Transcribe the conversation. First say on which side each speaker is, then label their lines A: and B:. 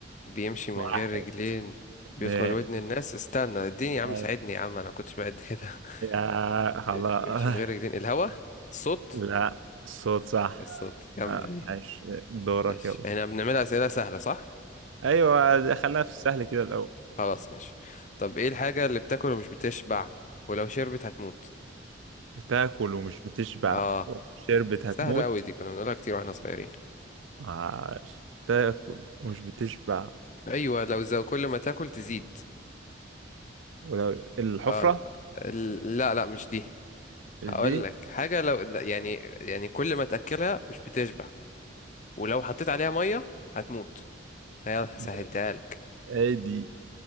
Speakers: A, on the left; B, on the right.
A: بيمشي من
B: واحد
A: غير رجلين
B: اتنين
A: بيدخل ودن الناس استنى اديني
B: تلاتة
A: يا عم ساعدني يا عم انا كنتش بعد كده <laughs>
B: يا خلاص
A: بي- بيمشي من غير رجلين الهوا الصوت
B: <laughs> لا الصوت صح
A: الصوت جامدة
B: آه،
A: دي
B: عايش دورك
A: ماشي
B: يلا
A: احنا بنعمل أسئلة سهلة صح؟
B: أيوة خلينا في السهل كده الأول
A: خلاص ماشي طب ايه الحاجة اللي بتاكل ومش بتشبع ولو شربت هتموت
B: بتاكل ومش بتشبع
A: اه
B: وشربت
A: سهلة
B: هتموت
A: أوي دي كنا بنقولها كتير واحنا صغيرين
B: عاش تاكل ومش بتشبع
A: ايوه لو زو كل ما تاكل تزيد
B: ولو الحفرة
A: اه ال- لا لا مش دي هقول
B: دي <laughs>
A: لك حاجة لو لا، يعني يعني كل ما تأكلها مش بتشبع ولو حطيت عليها مية هتموت هي <laughs> سهلتها
B: دي-
A: لك
B: ايه دي